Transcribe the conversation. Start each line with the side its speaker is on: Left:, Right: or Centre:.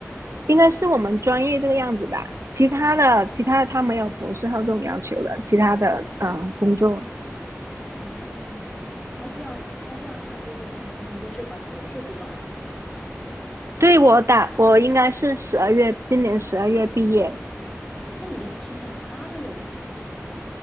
Right: 应该是我们专业这个样子吧，其他的其他的他没有博士后这种要求的，其他的嗯、呃工作，
Left: 哦，那这样那这样看，就是你你你这是把博士读完了是吗？
Right: 对我打我应该是十二月今年十二月毕业，
Left: 那你就提前八个月找吗？